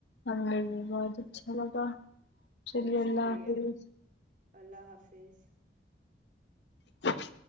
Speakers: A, on the left; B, on the right.
A: ہمیں بھی بہت اچھا لگا چلیے اللہ
B: شکریہ
A: حافظ
B: اللہ حافظ
A: جچ